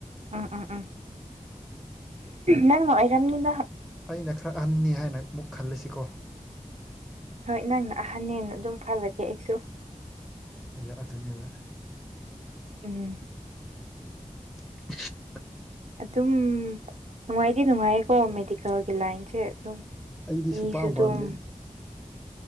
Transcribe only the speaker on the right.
ꯎꯝ ꯎꯝ ꯎꯝ ꯅꯪꯅ ꯑꯣꯏꯔꯝꯅꯤꯗ꯫
ꯍꯣꯏ ꯅꯪꯅ ꯑꯍꯟꯅ‌ꯦꯅ ꯑꯗꯨꯝ ꯈꯜꯂꯒꯦ ꯑꯩꯁꯨ꯫
ꯎꯝ꯫
ꯑꯗꯨꯝ ꯅꯨꯡꯉꯥꯏꯗꯤ ꯅꯨꯡꯉꯥꯏꯌꯦꯀꯣ ꯃꯦꯗꯤꯀꯦꯜꯒꯤ ꯂꯥꯏꯟꯁꯦ ꯑꯗꯨꯝ
ꯃꯤꯁꯨ
ꯑꯗꯨꯝ